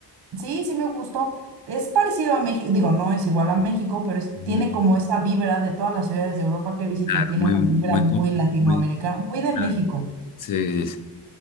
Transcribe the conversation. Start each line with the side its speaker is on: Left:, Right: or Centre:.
Right: Sí, sí me gustó. Es parecido a México, digo, no es igual a México, pero es-
Left: Ujú.
Right: tiene como esa vibra de todas las ciudades de Europa que visité,
Left: Claro,
Right: tiene
Left: muy,
Right: una
Left: muy,
Right: vibra muy
Left: co-
Right: latinoamericana,
Left: muy,
Right: muy de
Left: claro.
Right: México.
Left: Sí, sí,